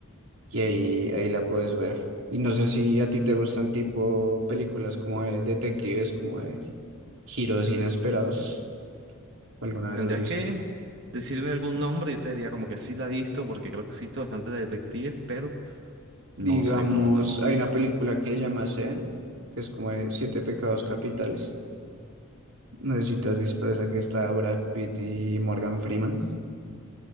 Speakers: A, on the right; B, on the right.
A: y ahí, ahí la puedes ver. Y no sé si a ti te gustan tipo películas como de detectives, como de giros inesperados, o alguna vez
B: Tendrías
A: has visto.
B: que decirme algún nombre, yo te diría como que sí la he visto, porque creo que sí he visto bastante de detectives, pero
A: Digamos,
B: no sé cómo tal.
A: hay una película que se llama Seven, que es como de Siete Pecados Capitales. No sé si te has visto esa que está Brad Pitt y Morgan Freeman.